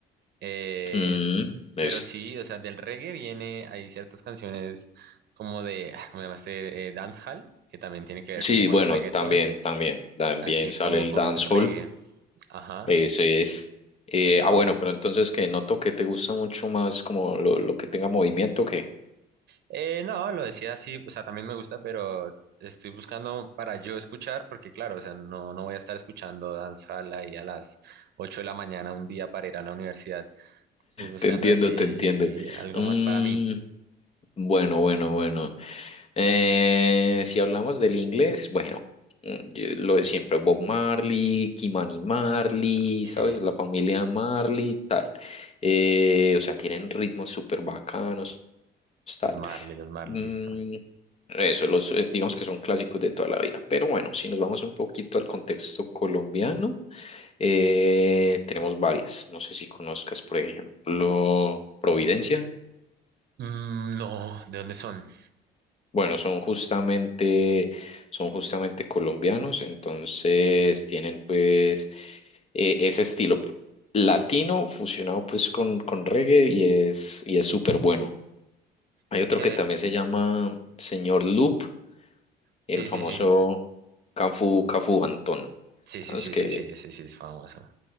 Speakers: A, on the right (about 55°); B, on the left (about 30°).
A: eh,
B: mm, es-
A: pero sí, o sea, del reggae viene, hay ciertas canciones como de, ah, ¿cómo llamaste? Eh, dancehall, que también tiene que ver
B: sí,
A: como con
B: bueno,
A: el reggaetón,
B: también, también, también
A: así
B: sale
A: como
B: el
A: con
B: dancehall,
A: reggae. Ajá,
B: ese es. Eh,
A: epa.
B: ah, bueno, pero entonces que noto que te gusta mucho más como lo, lo que tenga movimiento,
A: Eh, no, lo decía así, o sea, también me gusta, pero estoy buscando para yo escuchar, porque claro, o sea, no, no voy a estar escuchando dancehall ahí a las 8 de la mañana un día para ir a la universidad, Estoy buscando
B: Te entiendo,
A: así
B: te entiendo.
A: algo
B: Mm,
A: más para mí.
B: bueno, bueno, bueno. Eh, si hablamos del inglés, bueno, mm, yo- lo de siempre, Bob Marley, Kimani Marley,
A: Ok.
B: ¿sabes? La familia Marley, tal. Eh, o sea, tienen ritmos súper bacanos, tal.
A: Los Marley, los Marley,
B: Mm,
A: listo.
B: eso, los, eh, digamos que son clásicos de toda la vida. Pero bueno, si nos vamos un poquito al contexto colombiano, eh, tenemos varias. No sé si conozcas, por ejemplo, Providencia.
A: Mm, no, ¿de dónde son?
B: Bueno, son justamente, son justamente colombianos, entonces tienen pues eh, ese estilo latino fusionado pues con, con reggae y es, y es súper bueno. Hay
A: Ok.
B: otro que también se llama Señor Loop
A: Sí,
B: el famoso
A: sí, sí.
B: Cafu, Cafu Antón.
A: Sí, sí,
B: Vamos
A: sí,
B: que
A: sí, sí, ese sí, es famoso.